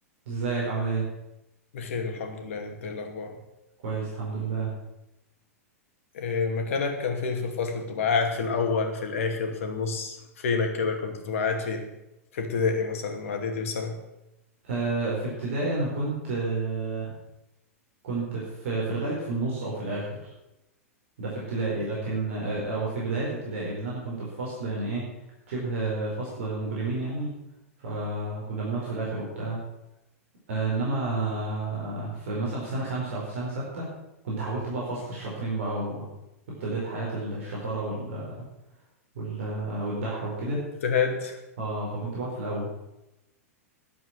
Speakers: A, on the right; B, on the left.
A: ازيك عامل ايه
B: بخير الحمد لله انت ايه الاخبار
A: كويس الحمد لله
B: إيه مكانك كان فين في الفصل بتبقى قاعد في الاول في الاخر في النص فينك كده كنت بتبقى قاعد فين في ابتدائي مثلا واعدادي وثانوي
A: أه في ابتدائي انا كنت أه كنت في في الغالب في النص او في الاخر ده في ابتدائي لكن أه او في بداية ابتدائي لان انا كنت في فصل يعني ايه شبه فصل مجرمين يعني فكنا بنقعد في الاخر وبتاع أه انما في مثلا في سنة خمسة او في سنة ستة كنت حاولت بقى فصل الشاطرين بقى وابتديت حياة الشطارة وال وال والدح وكده
B: اجتهاد
A: اه فكنت بقعد في الاول